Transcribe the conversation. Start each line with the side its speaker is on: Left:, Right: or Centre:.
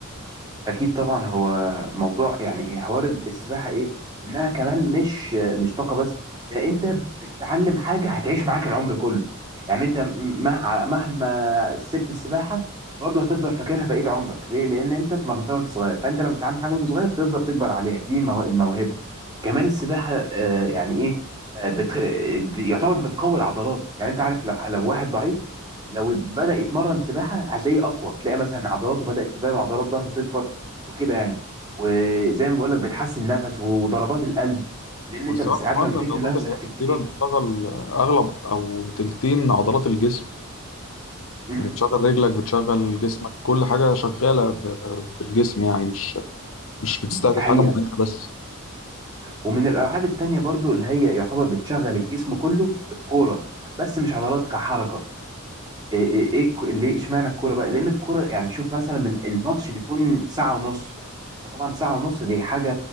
Right: اكيد طبعا هو موضوع يعني حوار السباحه ايه انها كمان مش مش طاقه بس ده انت بتتعلم حاجه هتعيش معاك العمر كله يعني انت مهما مهما سبت السباحه برضه هتفضل فاكرها بقيه عمرك ليه لان انت اتمرنتها وانت صغير فانت لما بتتعلم حاجه وانت صغير بتفضل تكبر عليها دي مو- الموهبه كمان السباحه آه، يعني ايه آه، بت... يعتبر بتقوي العضلات يعني انت عارف لو لو واحد ضعيف لو بدأ يتمرن سباحة هتلاقيه أقوى تلاقي مثلا عضلاته بدأت تبان وعضلات ظهره تكبر وكده يعني وزي ما بقول لك بتحسن النفس وضربات القلب لان
Left: والسباحة
Right: انت ساعات
Left: كمان
Right: لما
Left: من
Right: تكتم
Left: الرياضات
Right: نفسك
Left: اللي هي
Right: كتير
Left: تقريبا بتشغل أغلب أو تلتين عضلات الجسم
Right: امم
Left: يعني بتشغل رجلك بتشغل جسمك كل حاجة شغالة ب- في الجسم يعني مش مش بتستهدف
Right: دي حقيقة
Left: حاجة معينة بس
Right: ومن الألعاب التانية برضو اللي هي يعتبر بتشغل الجسم كله الكورة بس مش عضلات كحركة ايه ايه إيه الك- ليه اشمعنى الكوره بقى لان الكوره يعني شوف مثلا من الماتش بيكون ساعه ونص فطبعا ساعه ونص دي حاجه